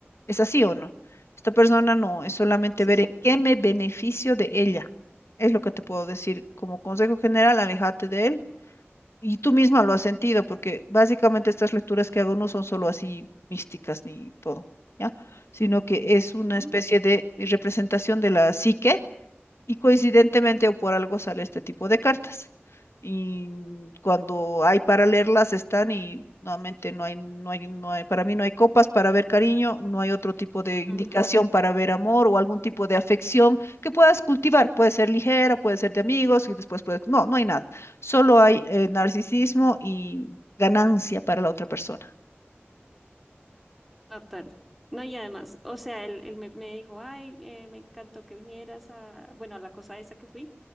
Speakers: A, on the left; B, in the centre.
A: ¿es así o no? Esta persona no, es solamente
B: sí.
A: ver en qué me beneficio de ella. Es lo que te puedo decir. Como consejo general, aléjate de él y tú misma lo has sentido, porque básicamente estas lecturas que hago no son solo así místicas ni todo, ¿ya? Sino que es una
B: Ujú.
A: especie de representación de la psique y coincidentemente o por algo sale este tipo de cartas. Y cuando hay para leerlas están y nuevamente no hay, no hay, no hay, para mí no hay copas para ver cariño, no hay otro tipo de Ujú.
B: Mm,
A: indicación para ver amor o algún tipo de afección que puedas cultivar. Puede ser ligera, puede ser de amigos y después puedes, no, no hay nada. Solo hay eh, narcisismo y ganancia para la otra persona.
B: Total. No, y además, o sea, él, él me, me dijo, ay, eh, me encantó que vinieras a, bueno, a la cosa esa que fui,